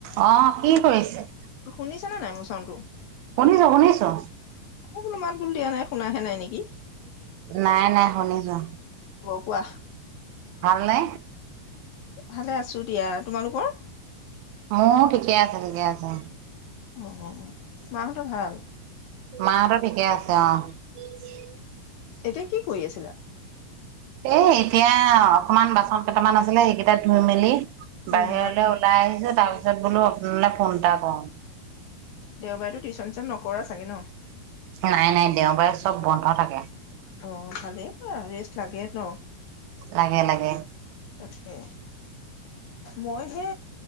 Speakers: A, on the right (about 85°); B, on the left (about 75°).
A: অ' কি কৰিছে।
B: শুনিছা নে নাই মোৰ চাউণ্ডটো।
A: শুনিছো, শুনিছো।
B: কোনো মাত বোল দিয়া নাই শুনাহে নাই নেকি?
A: নাই নাই শুনিছো।
B: ৱাহ।
A: ভালনে?
B: ভালে আছো। দিয়া তোমালোকৰ।
A: মোৰ ঠিকে আছে, ঠিকে আছে।
B: অ', -অ', - অ' মাহঁতৰ ভাল।
A: মাহঁতৰ ঠিকে আছে। অহ।
B: এতিয়া কি কৰি আছিলা?
A: এ'এতিয়া অকণমান বাচন কেইটামান আছে। সেইকেইটা ধুই মেলি বাহিৰলে
B: উম
A: ওলাই আহিছো তাৰ পিছত বোলো নে ফোন এটা কও।
B: দেওবাৰেতো টিউচন চিউচন নকৰা ছাগে ন।
A: নাই নাই দেওবাৰে চব বন্ধ থাকে।
B: অ' ভালেই কৰা ৰেষ্ট লাগে ত।
A: লাগে লাগে।
B: তাকে মই হে